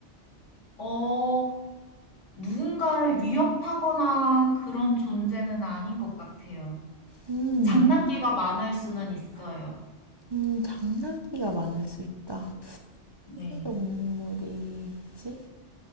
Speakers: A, on the left; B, on the right.
A: 어, 누군가를 위협하거나 그런 존재는 아닌 것 같아요.
B: 음,
A: 장난기가 많을 수는 있어요.
B: 음, 장난기가 많을 수 있다.
A: 네.
B: 무슨 동물이지?